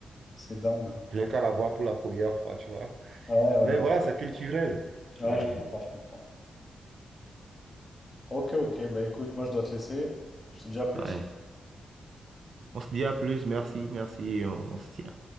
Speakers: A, on the left; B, on the right.
A: C'est dingue. hein.
B: rien qu'à la voir pour la première fois, tu vois.
A: Ouais, ouais,
B: Mais
A: ouais.
B: voilà, c'est culturel.
A: Ouais,
B: Et
A: je comprends, je comprends. Ok, ok, bah écoute, moi je dois te laisser. Je te dis à plus.
B: Ouais. On se dit à plus, merci, merci, et on on se tient.